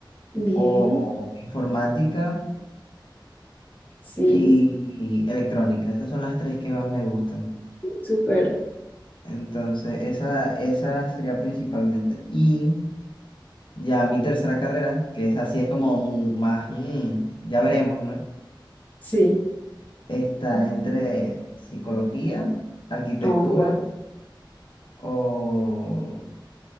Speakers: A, on the left (about 20°); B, on the left (about 70°).
A: Bien.
B: o informática
A: Sí,
B: y, y electrónica. Esas son las tres que más me gustan.
A: súper.
B: Entonces, esa, esa sería principalmente. Y ya mi tercera carrera, que es así, es como mu- más, mm, ya veremos, ¿no?
A: Sí.
B: Está entre psicología, arquitectura
A: Oh, wow.
B: o